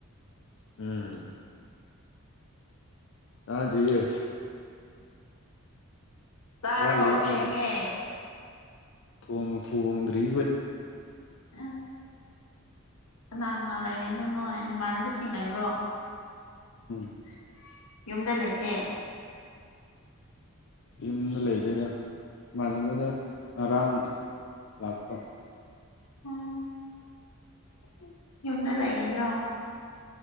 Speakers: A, on the left; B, on the left.
A: ꯎꯝ ꯑꯥꯖꯣꯏꯌꯦ
B: ꯆꯥꯔꯣ
A: ꯋꯥꯂꯕꯗ
B: ꯊꯦꯡꯉꯦ
A: ꯊꯣꯡ ꯊꯣꯡꯣꯡꯗ꯭ꯔꯤ
B: ꯑꯁ ꯀꯅꯥ ꯀꯅꯥ ꯂꯩꯔꯤꯛꯏꯅꯣ ꯅꯣ ꯏꯃꯥꯟꯅꯕꯁꯤꯡ ꯂꯩꯕ꯭ꯔꯣ
A: <inaudible>
B: ꯌꯨꯝꯗ ꯂꯩꯇꯦ
A: ꯌꯨꯝꯗ ꯂꯩꯗꯗ ꯏꯃꯥꯟꯅꯕꯗ ꯑꯔꯥꯡ ꯂꯥꯛꯄ
B: ꯎꯝ
A: ꯎꯝ
B: ꯌꯨꯝꯗ ꯂꯩꯒꯗ꯭ꯔꯣ